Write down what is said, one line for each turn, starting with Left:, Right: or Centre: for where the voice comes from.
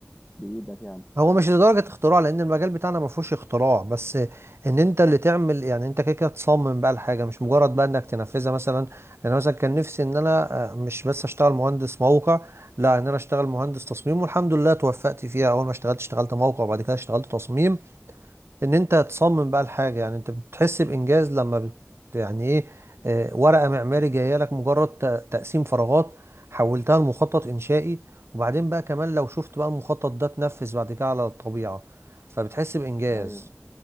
Left: بايدك يعني
Right: هو مش لدرجة اختراع لأن المجال بتاعنا ما فيهوش اختراع بس إن أنت اللي تعمل يعني أنت كده كده تصمم بقى الحاجة مش مجرد بقى إنك تنفذها مثلا أنا مثلا كان نفسي إن أنا آه، مش بس أشتغل مهندس موقع لا إن أنا أشتغل مهندس تصميم والحمد لله توفقت فيها أول ما اشتغلت اشتغلت موقع وبعد كده اشتغلت تصميم ان انت تصمم بقى الحاجه يعني انت بتحس بانجاز لما بت يعني ايه آه، ورقه معماري جايه لك مجرد ت- تقسيم فراغات حولتها لمخطط انشائي وبعدين بقى كمان لو شفت بقى المخطط ده اتنفذ بعد كده على الطبيعه فبتحس بانجاز
Left: ايوه